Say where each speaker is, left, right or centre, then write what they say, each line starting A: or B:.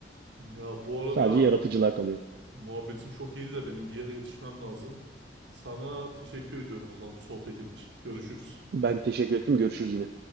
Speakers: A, on the right; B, on the right.
A: ya bu arada
B: Sadece yaratıcılığa kalıyor.
A: muhabbetin çok iyiydi de benim bir yere yetişmem lazım. Sana teşekkür ediyorum o zaman bu sohbetin için. Görüşürüz.
B: Ben teşekkür ettim. Görüşürüz yine.